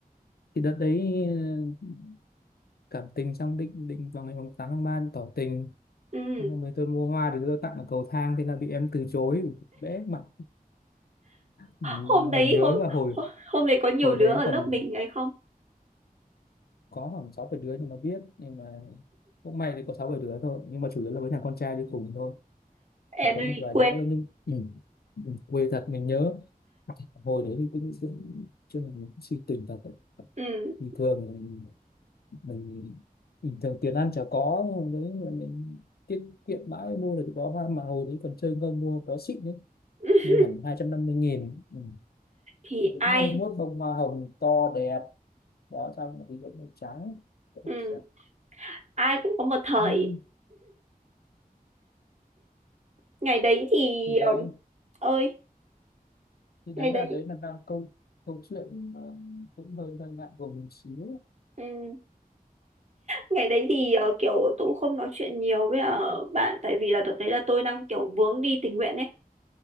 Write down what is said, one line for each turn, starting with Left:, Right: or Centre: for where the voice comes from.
Left: Thì đợt đấy ừ, cảm tình xong định định vào ngày mùng 8 tháng 3 tỏ tình
Right: ừ
Left: Xong rồi tôi mua hoa để tôi tặng ở cầu thang thế là bị em từ chối Ủa, bẽ mặt mình,
Right: hôm đấy
Left: mình nhớ
Right: hôm
Left: cả hồi
Right: hôm hôm đấy có nhiều
Left: hồi
Right: đứa
Left: đấy
Right: ở lớp
Left: còn
Right: mình ấy không
Left: có khoảng sáu bảy đứa nhưng nó biết nhưng mà cũng may thì có sáu bảy đứa thôi nhưng mà chủ yếu là với thằng con trai đi cùng thôi
Right: Enrique
Left: chỉ có một vài đứa nhưng ừ, ừ, quê thật mình nhớ hồi đấy thì cũng cũng chứ là mình cũng suy tình thật đấy.
Right: ừ.
Left: thì thường mình, mình bình thường tiền ăn chả có nhưng mà đấy mà mình tiết kiệm mãi mua được cái bó hoa mà hồi đấy còn chơi không mua bó xịn đấy
Right: <laughs>
Left: mua hẳn hai trăm năm mươi nghìn ừ.
Right: thì
Left: đúng
Right: ai
Left: hai mươi mốt bông hoa hồng to đẹp đó xong thì vẫn màu trắng Ôi
Right: ừ.
Left: giời.
Right: ai cũng có một thời
Left: Ừ.
Right: ngày đấy thì
Left: thì
Right: ờ,
Left: đấy
Right: ơi
Left: thì đấy
Right: ngày đấy
Left: là đấy là đang câu câu chuyện mà cũng hơi hơi ngại ngùng một xíu
Right: ừ. ngày đấy thì ờ, kiểu tôi cũng không nói chuyện nhiều với ờ, bạn tại vì là thực tế là tôi đang kiểu vướng đi tình nguyện ấy